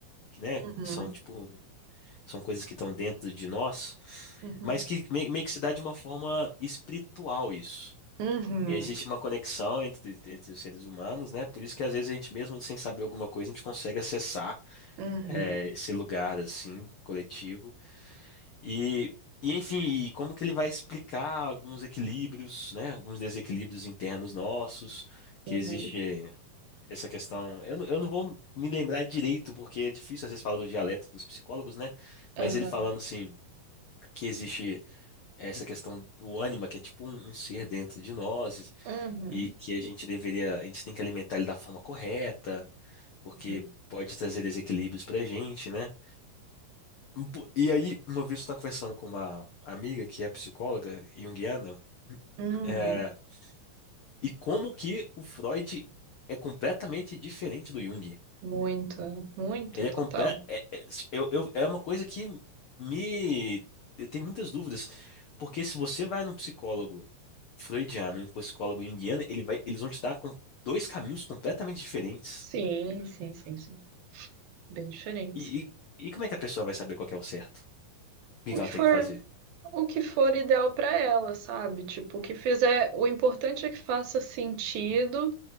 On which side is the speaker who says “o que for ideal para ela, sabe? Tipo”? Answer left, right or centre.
Right